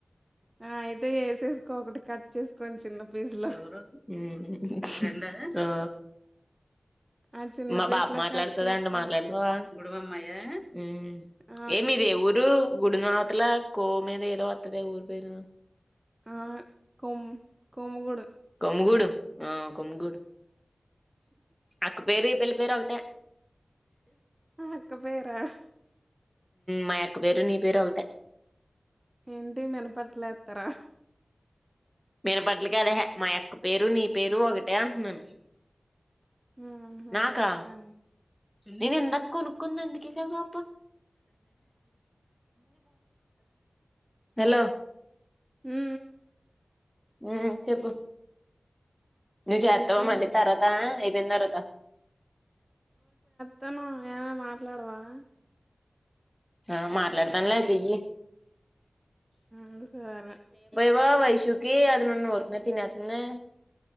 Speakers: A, on the right; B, in the centre.
A: ఆ ఐయితే ఏస్సెస్ ఒక్కొక్కటి కట్ చేసుకొని చిన్న పీస్‌లో.
B: ఎవరు హు హు అనురాధ ఆ
A: ఆ చిన్న
B: మా
A: పీస్‌లో
B: బాప మాట్లాడుతుందండి
A: కట్ చేసుకొని
B: మాట్లాడుతా గుడవమ్మాయ ఉమ్
A: ఆ!
B: ఏమి ఇదే ఊడూ గుడి మాతల కో మీద ఏదో వత్తదే ఊరిపేరు
A: ఆ కొం కొమ్ముగూడు
B: కొమ్ముగూడు ఆ కొమ్ముగూడు అటు వేరే పెళ్లి పేరు ఒకటే
A: ఆ అక్క పేరా
B: మా అక్క పేరు నీ పేరు ఒకటె
A: ఏంటి మినపట్లెతారా
B: మీరు బడ్లు కాదు అహే మా యక్క పేరు నీ పేరు ఒకట్ టే అంటున్నాను
A: ఆ హా
B: నాకా
A: అ
B: నేను ఇందాక కొనుక్కుంది అందుకే కదా హలో
A: ఊ
B: ఆ చెప్పు నువ్ చేత్తవ
A: ఇంకేంటి?
B: మళ్ళీ తరువాత అయిపోయిన తరువాత
A: తం ఎమే మాట్లాడదామ
B: ఆ మాట్లాడతాను లేతేయ్యి
A: ఉం సరే
B: ఇ వైషూకి అది నున్న ఉరికనే తినేతుందే